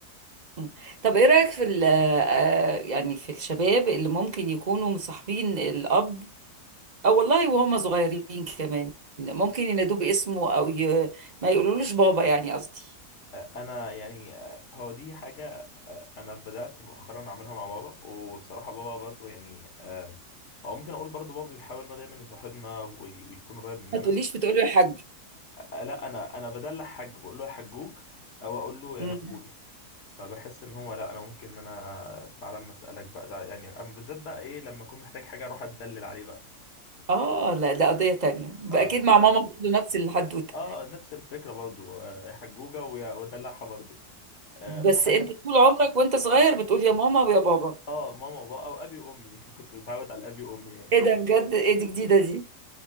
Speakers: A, on the right; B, on the left.
A: مم. طب ايه رأيك في ال- آه، يعني في الشباب اللي ممكن يكونوا مصاحبين الأب او والله وهم صغيرين كمان ممكن ينادوه باسمه او ي... ما يقولولوش بابا يعني قصدي
B: انا يعني آه، هو دي حاجه آه، انا بدات مؤخرا اعملها مع بابا وبصراحه بابا برضه يعني آه، هو ممكن اقول برضه بابا بيحاول انه دايما يصاحبنا وي- ويكون قريب مننا
A: ما تقوليش بتقولي يا حاج
B: آه، لا انا انا بدلع حاج بقول له يا حجوج او اقول له يا
A: مم.
B: نبول فبحس ان هو لا انا ممكن ان انا تعالى اما اسالك بقى تعالى- يعني أما بالذات بقى ايه لما اكون محتاج حاجه اروح اتدلل عليه بقى
A: اه لا ده قضية تانية بقى،
B: اه
A: اكيد مع
B: ط-
A: ماما برضه نفس الحدوتة
B: اه نفس الفكره برضو آه، يا حجوجه ويا ودلعها برضو آه،
A: بس
B: هل
A: انت طول عمرك وانت صغير بتقول يا ماما ويا بابا
B: اه ماما وبابا او ابي وامي <laughs> كنت متعود على ابي وامي يعني
A: ايه ده بجد ايه دي جديدة دي